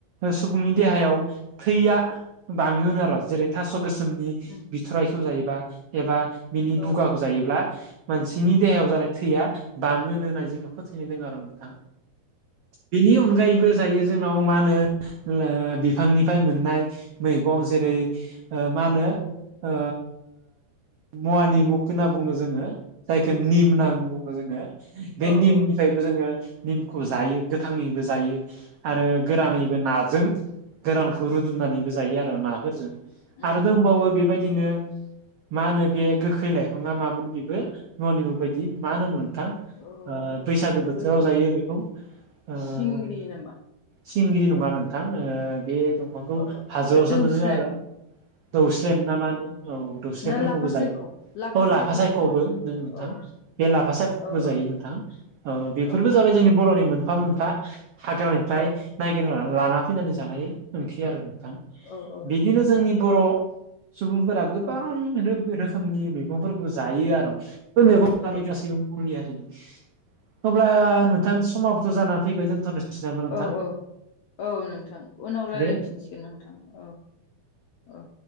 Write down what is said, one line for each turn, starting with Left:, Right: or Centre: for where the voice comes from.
Right: सुबुंनि देहायाव थैया बाङोन आरो जेरै थास गोसोमनि
Left: उम
Right: बिथराइखौ जायोबा एबा बिनि
Left: औ
Right: बुगाखौ
Left: औ
Right: जायोब्ला। मानसिनि देहायाव
Left: औ औ
Right: जानाय थैया बाङोनो होननानै जोंङो फोथायनायदों आरो नोंथां। बेनि अनगायैबो। जायो जोंनाव मा होनो बिफांनिफ्राय मोननाय मैगं जेरै ओ मा होनो
Left: औ
Right: ओ मुवानि मुग होनना बुङो जोङो। जायखौ निम होननानै
Left: औ
Right: बुङो जोङो बे
Left: औ
Right: निमनिफ्रायबो
Left: औ निम
Right: जोङो- निमखौ जायो गोथाङैबो जायो आरो गोरानैानैबो
Left: उम
Right: नाजों। गोरानखौ रुदुमनानैबो जायो आरो नाफोरजों
Left: उम
Right: आरो दंबावो बेबायदिनो। मा होनो बे गोखै लाइफाङा मामोन बेबो ननिमु बायदि मा होनोमोन नोंथां।
Left: औ
Right: बैसागो
Left: गोद
Right: बोथोराव
Left: गोखो
Right: जायो बेखौ ओ
Left: सिंग्रि नामा
Right: सिंगगिरि नङा नोंथां ओ-बे दंफांखौ
Left: ओ
Right: हाजोआवसो
Left: ओ दौस्रेम
Right: मोनो आर दौस्रेम ना मा होनो औ दौस्रेमफोरखौबो
Left: ना लाफा
Right: जायो।
Left: सायख'
Right: औ लाफा
Left: सायख'
Right: सायखबो
Left: दं मोनसे
Right: नों नोंथां।
Left: औ
Right: बे लाफा सायबो
Left: औ
Right: जायो
Left: औ
Right: नोंथां बेफोरबो
Left: औ
Right: जाबाय जोंनि बरनि मोनफा मोन फा हाग्रानिफ्राय
Left: औ
Right: नायगिर लाना फैनानै जानाय मोनसै आरो नोंथां।
Left: औ औ
Right: बिदिनो
Left: नोंथां
Right: जोंनि बर सुबुंफोरा गोबां रोखोमनि बि मैगंफोरखौ जायो आरो मैगं
Left: औ
Right: जायो गासैबो मनि हारिनि अब्ला नों नोंथां
Left: औ
Right: समाबोथ जानानै फैबाय दोनथ'नोसै नामा नोंथां।
Left: औ औ औ नोंथां उनाव रायलायफिनसिगोन
Right: दे
Left: नोंथां औ औ।